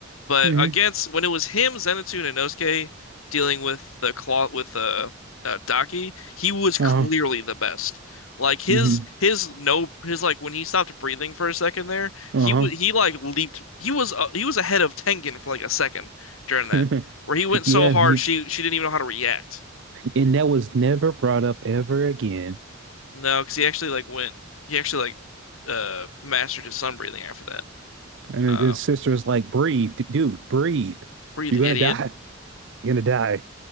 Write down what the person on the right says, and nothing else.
mm-hmm,
uh-huh,
mm-hmm,
uh-huh.
<laughs>
Yeah,
yeah,
and that was never brought up ever again.
And his,
his sister was like, "Breathe, d- dude, breathe.
You're
gonna die. You're gonna die."